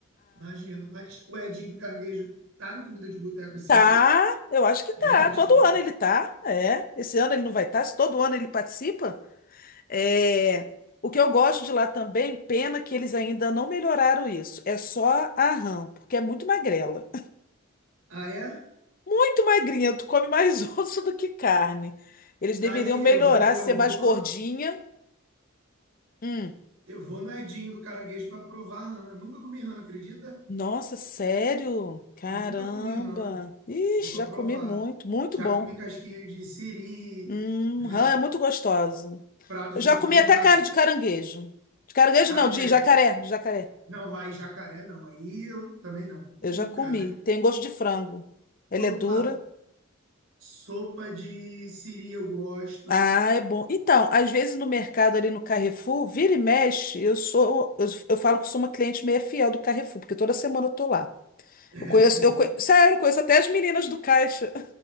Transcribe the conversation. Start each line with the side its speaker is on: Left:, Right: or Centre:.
Right: Imagino. Mas o Edinho do Caranguejo tá no Comida de Boteco esse
Left: Tá,
Right: ano?
Left: eu acho que tá.
Right: É, eles
Left: Todo
Right: estão.
Left: ano ele tá, é. Esse ano ele não vai estar, se todo ano ele participa. É. O que eu gosto de lá também, pena que eles ainda não melhoraram isso. É só a rã, porque é muito magrela.
Right: Ah, é?
Left: Muito magrinha, tu come mais <laughs> osso do que carne. Eles deveriam
Right: Tá aí,
Left: melhorar,
Right: eu vou, eu
Left: ser
Right: vou,
Left: mais gordinha. Hum.
Right: eu vou no Edinho do Caranguejo para provar rã. Nunca comi rã, acredita?
Left: Nossa, sério? Caramba.
Right: Nunca comi rã.
Left: Ixi,
Right: Vou para
Left: já
Right: provar.
Left: comi muito, muito
Right: Já
Left: bom.
Right: comi casquinha de siri,
Left: Hum,
Right: né?
Left: rã é muito gostosa.
Right: Pratos
Left: Eu já
Right: de fruto
Left: comi até
Right: do mar.
Left: carne de caranguejo. De caranguejo
Right: Carne,
Left: não, de
Right: é,
Left: jacaré, de jacaré.
Right: não, aí jacaré não. Aí eu também não. Nunca.
Left: Eu já comi. Tem gosto de frango. Ela
Right: Sopa,
Left: é dura.
Right: sopa de siri eu gosto.
Left: Ah, é bom. Então, às vezes no mercado ali no Carrefour, vira e mexe, eu sou, eu, eu falo que sou uma cliente meio fiel do Carrefour, porque toda semana eu tô lá.
Right: <laughs>
Left: Eu conheço, eu conhe- sério, eu conheço até as meninas do caixa.